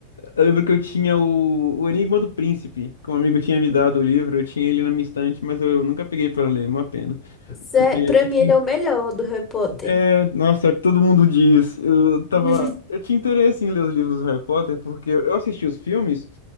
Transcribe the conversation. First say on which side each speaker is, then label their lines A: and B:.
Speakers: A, on the left; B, on the left.
A: Eu lembro que eu tinha o, o Enigma do Príncipe, que um amigo tinha me
B: Hum,
A: dado o livro, eu tinha ele na minha estante, mas eu nunca peguei pra ler, é uma pena.
B: Sério,
A: Porque
B: pra
A: eu
B: mim
A: tinha.
B: ele é o melhor do Harry Potter.
A: É, nossa, é o que todo mundo diz. Eu tava.
B: <laughs>
A: Eu tinha interesse em ler os livros do Harry Potter, porque eu assisti os filmes.